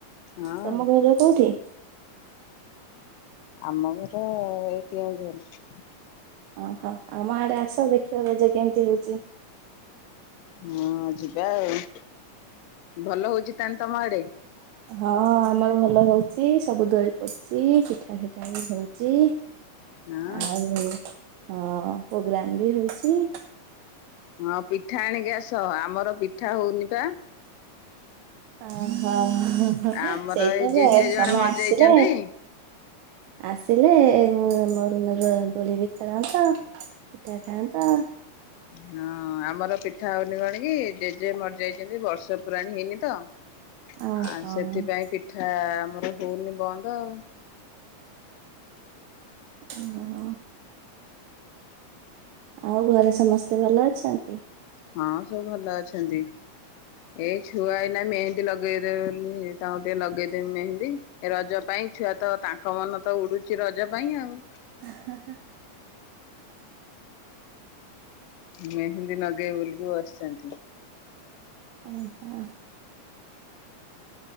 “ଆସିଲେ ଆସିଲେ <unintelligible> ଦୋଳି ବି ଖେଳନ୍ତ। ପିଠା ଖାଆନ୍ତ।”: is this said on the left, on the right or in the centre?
Right